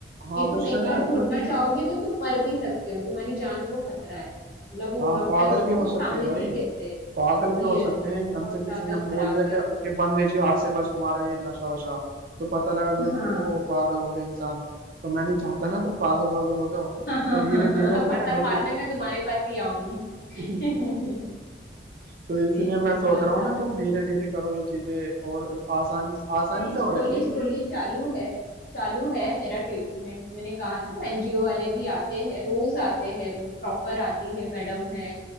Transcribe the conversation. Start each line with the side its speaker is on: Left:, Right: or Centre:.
Right: हाँ
Left: कि तुम
Right: उससे
Left: एक
Right: ना
Left: साथ छोड़ना
Right: क्योंकि
Left: चाहोगे तो तुम मर भी सकते हो तुम्हारी जान को खतरा है मतलब वो
Right: हाँ
Left: डॉक्टर्स
Right: पागल भी हो
Left: खुद
Right: सकते
Left: सामने
Right: हैं भाई
Left: से कहते हैं
Right: पागल भी हो सकते
Left: यस
Right: हैं एकदम
Left: बहुत
Right: से
Left: ज्यादा
Right: किसी ने
Left: खराब
Right: बोल दिया
Left: है
Right: कि,
Left: वो
Right: कि बंद है जी आज से बस तुम्हारा ये नशा वशा तो पता लगा अगले
Left: हाँ
Right: दिन को वो पागल हो गया इंसान तो मैं नहीं चाहता ना तुम पागल वागल हो जाओ
Left: <laughs>
Right: तो धीरे धीरे अपने
Left: पत्थर
Right: रूटीन
Left: मारने में तुम्हारे पास ही आऊंगी <laughs>
Right: <laughs> तो इसलिए
Left: नहीं,
Right: मैं सोच
Left: बहुत
Right: रहा
Left: ज्यादा
Right: हूँ ना तुम धीरे धीरे करो ये चीजें और आसानी आसानी
Left: नहीं
Right: से
Left: स्लोली
Right: हो जाएंगे क्योंकि
Left: स्लोली चालू है चालू है मेरा ट्रीटमेंट मैंने कहा ना वो एनजीओ वाले भी आते हैं रोज आते हैं वो प्रॉपर आती है मैडम है